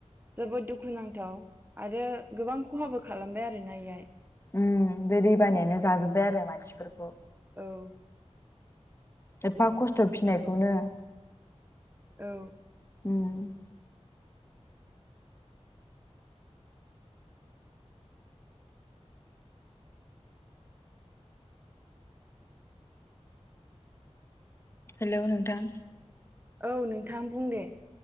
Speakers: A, on the right; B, on the left.
A: जोबोद दुखुुनांथाव आरो गोबां ख'हाबो खालामबाय आरोना इहाय
B: ओम बे दै बानायानो जाजोबबाय आरो मानसिफोरखौ
A: औ
B: एफा खस्थ' फिनायखौनो
A: औ
B: ओम हेलौ नोंथां
A: औ नोंथां बुं दे